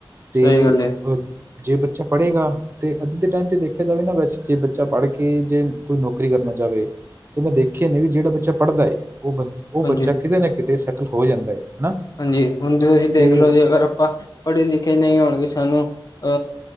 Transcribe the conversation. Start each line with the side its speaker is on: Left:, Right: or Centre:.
Right: ਤੇ
Left: ਸਹੀ ਗੱਲ ਹੈ
Right: ਅਹ ਜੇ ਬੱਚਾ ਪੜ੍ਹੇਗਾ ਤੇ ਅੱਜ ਦੇ ਟੈਮ ਚ ਦੇਖ ਦੇਖਿਆ ਜਾਵੇ ਨਾਂ ਵੈਸੇ ਜੇ ਬੱਚਾ ਪੜ੍ਹ ਕੇ ਜੇ ਕੋਈ ਨੌਕਰੀ ਕਰਨਾ ਚਾਵੇ ਤੇ ਮੈਂ ਦੇਖਿਆ ਨੇ ਵੀ ਜੇੜਾ ਬੱਚਾ ਪੜ੍ਹਦਾ ਏ ਓ ਬ- ਓ ਬੱਚਾ
Left: ਹਾਂਜੀ
Right: ਕਿਤੇ ਨਾ ਕਿਤੇ ਸੈਟਲ ਹੋ ਜਾਂਦਾ ਏ। ਹਨਾ
Left: ਹਾਂਜੀ, ਹੁਣ ਤੁਸੀਂ ਦੇਖ
Right: ਤੇ
Left: ਲਓ ਜੇ ਅਗਰ ਆਪਾਂ ਪੜ੍ਹੇ ਲਿਖੇ ਨਈ ਹੋਣਗੇ ਸਾਨੂੰ ਅ